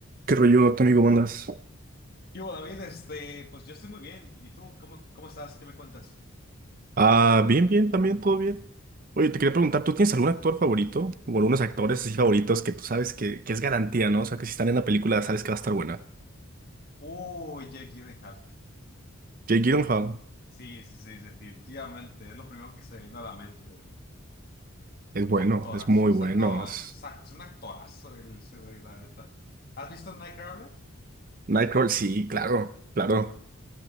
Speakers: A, on the right; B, on the left.
A: ¿Qué rollo, Tony? ¿Cómo andas?
B: Yo, David, este, pues yo estoy muy bien. ¿Y tú? ¿Cómo, cómo estás? ¿Qué me cuentas?
A: Ah, bien, bien, también todo bien. Oye, te quería preguntar, ¿tú tienes algún actor favorito o algunos actores así favoritos que tú sabes que, que es garantía, ¿no? O sea, que si están en la película sabes que va a estar buena.
B: Uy, Jake Gyllenhaal.
A: Jake Gyllenhaal
B: Sí, sí, sí, definitivamente. Es lo primero que se vino a la mente. güey.
A: es bueno,
B: Actoras.
A: es muy
B: O sea,
A: bueno.
B: no,
A: es-
B: es, ac- es un actorazo el ese güey, la neta. ¿Has visto Nightcrawler?
A: Nightcrawler, sí, claro, claro.